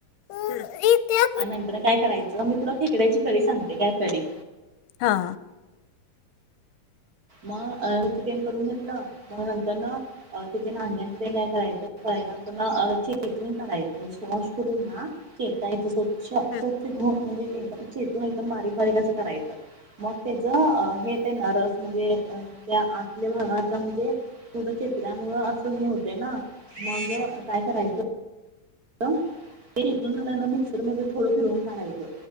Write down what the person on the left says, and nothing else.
ह रत्या
हा
हम्म